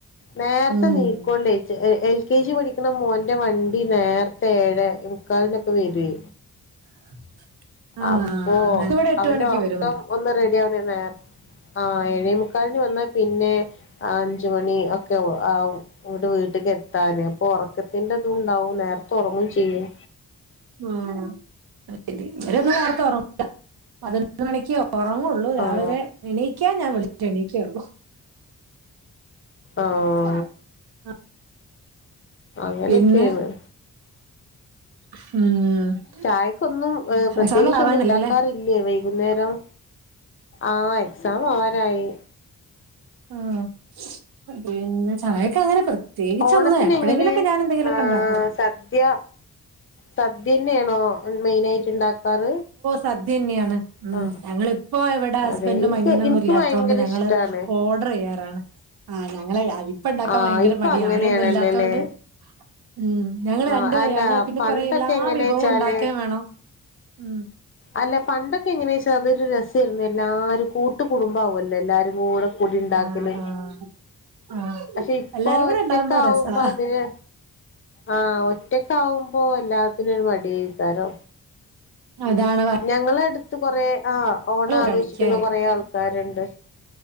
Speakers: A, on the left (about 35°); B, on the right (about 75°).
A: നേർത്തെ
B: ഉം
A: നീക്കൊണ്ടേച്ച് എയ് എയ് യൂ കെ ജി പഠിക്കണ മോന്റെ വണ്ടി നേർത്തെ ഏഴേ മുക്കാൽനൊക്കെ വെരെ
B: <unintelligible> ആഹ്
A: അപ്പൊ
B: ഞങ്ങക്ക് ഇവിടെ എട്ട്
A: അവന്റെ
B: മണിക്ക്
A: ഒറക്കം
B: വരും ഉം
A: ഒന്ന് റെഡി ആവണേന്ന് നേർ ആഹ് ഏഴേമുക്കാൽന് വന്നാ പിന്നെ അഞ്ചുമണി ഒക്കെ ആവും ഇവിടെ വീട്ടിക്ക് എത്താന് അപ്പൊ ഒറക്കത്തിന്റെ ഇതുണ്ടാവും നേരത്തെ ഒറങ്ങും ചെയ്യും
B: ആഹ് <unintelligible> വരൊന്ന് പതിനൊന്ന് മണിക്ക് ഉറങ്ങുള്ളൂ രാവിലെ
A: ആ
B: എണീക്കാൻ ഞാൻ വിളിറ്റെ എണീക്കുള്ളൂ
A: ആഹ്
B: <unintelligible>
A: അങ്ങനെയൊക്കെയാണ്
B: പിന്നെ ഉം
A: ചായക്കൊന്നും പ്രത്യേകിച്ചൊന്നും
B: എക്സാം ആവാനല്ലേ
A: ഉണ്ടാക്കാറില്ലേ വൈകുന്നേരം ആഹ് എക്സാം ആവനായി
B: ആഹ് പിന്നെ ചായക്കങ്ങനെ പ്ര ത്യേകിച്ചൊന്ന്
A: ഓണത്തിനെങ്ങനെ
B: എപ്പഴങ്കിലുക്കെ ഞാനെന്തെങ്കിലൊക്കെണ്ടാക്കും
A: ആഹ് സദ്യ സദ്യന്നെയാണോ മെയിനായിട്ട് ഇണ്ടാക്കാറ്
B: സദ്യന്നെയാണ് ഉം
A: ആഹ്
B: ഞങ്ങളിപ്പോ ഇവിടെ ഹസ്ബൻഡും
A: അതെ ഇൻക്ക്
B: അനിയനും ഒന്നും
A: ഇൻക്ക്
B: ഇല്ലാത്തൊണ്ട്
A: ഭയങ്കര
B: ഞങ്ങള്
A: ഇഷ്ടാണ്.
B: ഓർഡറെയ്യാറാണ് ആഹ് ഞങ്ങളെ ഇപ്പണ്ടാക്കാൻ
A: ആഹ്
B: ഭയങ്കര
A: ഇപ്പൊ
B: മടിയ
A: അങ്ങനെയാണല്ലോല്ലേ?
B: അവരൊന്നുല്ലാത്തൊണ്ട് ഉം ഞങ്ങള്
A: ആഹ്
B: രണ്ട് പേ
A: അല്ല
B: ഞങ്ങള് പിന്നെ
A: പണ്ടൊക്കെ
B: കൊറെ എല്ലാ
A: എങ്ങനെച്ചാല്
B: വിഭവവും ഉണ്ടാക്കേം വേണം ഉം
A: അല്ല പണ്ടൊക്കെ എങ്ങനെയാച്ച അതൊരു രസായിരുന്നു എല്ലാരും കൂട്ട് കുടുംബ ആവോല്ലെ എല്ലാരും കൂടെ പൊടിണ്ടാക്കല്
B: ആഹ് ആഹ് ആഹ്
A: പക്ഷെ ഇപ്പൊ
B: എല്ലാരും കൂടെ
A: ഒറ്റക്കാവുമ്പോ
B: ഉണ്ടാവുമ്പോ രസാ
A: അതിന് ആഹ് ഒറ്റക്കാവുമ്പോ എല്ലാത്തിനും ഒരു മടിയ്കാരോ
B: അതാണ് വ
A: ഞങ്ങളടുത്ത് കൊറെ ആഹ് ഓണം ആഘോഷിക്കുന്ന
B: കഴിക്കേ
A: കൊറെ ആൾക്കാരുണ്ട്